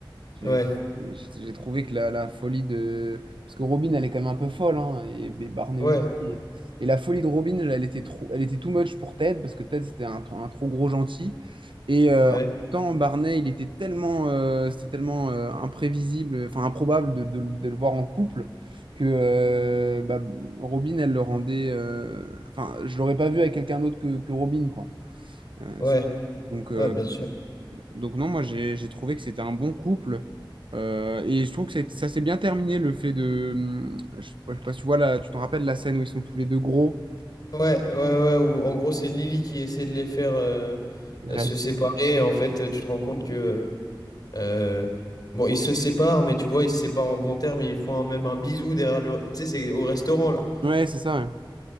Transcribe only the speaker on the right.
J'ai
j'ai- j'ai trouvé que la, la folie de... Parce que Robin, elle est quand même un peu folle, hein, et, et Barney
aussi. Et, et la folie de Robin, elle, elle était trop, elle était too much pour Ted, parce que Ted, c'était un, un trop gros gentil. Et euh,
en même temps, Barney, il était tellement, euh, c'était tellement euh, imprévisible, enfin improbable de, de- de le voir en couple, que euh, bah, Robin, elle le rendait... euh, Enfin, je l'aurais pas vu avec quelqu'un d'autre que, que Robin, quoi. Euh,
c'est- donc, euh,
donc non, moi j'ai j'ai trouvé que c'était un bon couple. Euh, et je trouve que c'est- ça s'est bien terminé le fait de... hum, Je sais pas, je sais pas si tu vois là, tu t'en rappelles la scène où ils sont tous les deux gros.
Réellement.
Ouais, c'est ça.